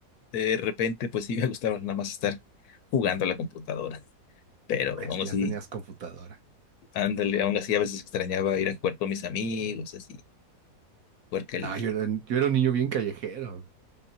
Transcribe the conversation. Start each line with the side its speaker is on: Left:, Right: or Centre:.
Left: de repente pues sí me gustaba nada más estar jugando a la computadora. Pero
Right: Es
Left: aún
Right: que
Left: así,
Right: ya tenías computadora.
Left: ándale, aún así a veces extrañaba ir a jugar con mis amigos, así, jugar que
Right: No,
Left: el,
Right: yo era, yo era un niño bien callejero.